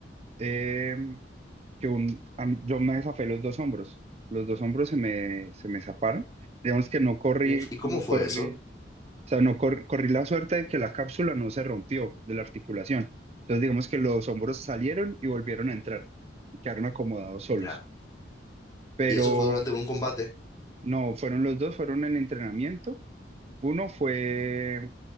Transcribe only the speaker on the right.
em, que un, a mí- yo me zafé los dos hombros. Los dos hombros se me, se me zafaron. Digamos que no corrí,
no
corrí,
o sea, no cor- corrí la suerte de que la cápsula no se rompió de la articulación. Entonces, digamos que los hombros salieron y volvieron a entrar y quedaron acomodados solos.
Pero
no, fueron los dos, fueron en entrenamiento. Uno fue,